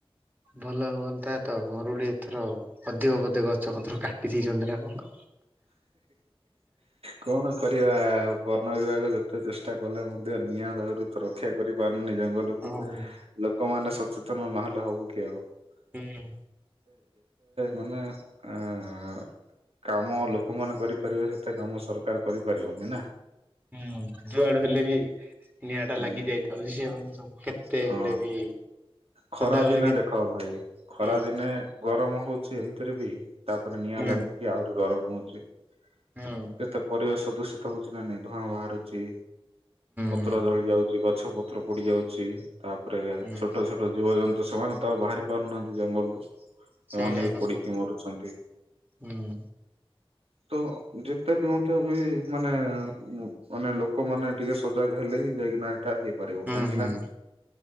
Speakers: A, on the right; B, on the right.
A: ଭଲ ହୁଅନ୍ତା ତ ମରୁଡି ଏଥର ଅଧିକ ବୋଧେ ଗଛ ପତ୍ର କାଟି ଦେଇେଇଛନ୍ତି ନା କଣ?
B: କଣ କରିବା ଆଉ ବନ ବିଭାଗ ଯେତେ ଚେଷ୍ଟା କଲେ ମ ନିଆଁ ଦାଉରୁ ତ ରକ୍ଷା କରିପାରୁନି ଜଙ୍ଗଲକୁ
A: ହଁ ପରା
B: ଲୋକମାନେ ସଚେତନ ନହେଲେ ହବ କଉ <unintelligible>
A: ହୁଁ
B: ମାନେ ଅ କା <unintelligible> କାମ ଲୋକମାନେ କରିପାରିବେ ସେତେ କାମ ସରକାର କରିପାରିବନି ନା
A: ହୁଁ ଯୁଆଡୁ ହେଲେ ବି ନିଆଁ ଟା
B: ହୁଁ
A: ଲାଗି ଯାଇଥାଉ ସିଏ ଆମ ସବୁ କେତେ
B: ହଁ
A: ହେଲେ ବି
B: ଖରା
A: ସଦାବେଳେ
B: ଦିନେ
A: କେ
B: ଦେଖ ଭାଇ ଖରା
A: ହୁଁ
B: ଦିନେ ଗରମ ହଉଛି ଏମିତିରେ ବି ତାପରେ ନିଆଁ
A: ହୁଁ
B: ଲାଗିକି ଆହୁରି ଗରମ ହଉଛି କେତେ
A: ହୁଁ
B: ପରିବେଶ ଦୂଷିତ ହଉଛି ନା ନାଇଁ? ଧୂଆଁ ବାହାରୁଛି। ପତ୍ର
A: ହୁଁ।
B: ଜଳି ଯାଉଛି ଗଛ ପତ୍ର ପୋଡି ଯାଉଛି ତାପରେ
A: ହୁଁ ହୁଁ
B: ଛୋଟ ଛୋଟ ଜୀବଜନ୍ତୁ ତ ସେମାନେ ତ ଆଉ ବାହାରି ପାରୁନାହାନ୍ତି ଜଙ୍ଗଲରୁ ସେମାନେ
A: ସେଇଟା ଏକା
B: ପୋଡିକି
A: ସବୁ
B: ମରୁଛନ୍ତି ।
A: ହୁଁ।
B: ତ ଯେତେ ବି ମଧ୍ୟ ବି ମାନେ ମାନେ ଲୋକମାନେ ଟିକେ ସଜାଗ ହେଲେ ହିଁ ଯାଇକିନା ଟା ହେଇପାରିବ
A: ହୁଁ
B: କାହିଁକି
A: ହୁଁ
B: ନା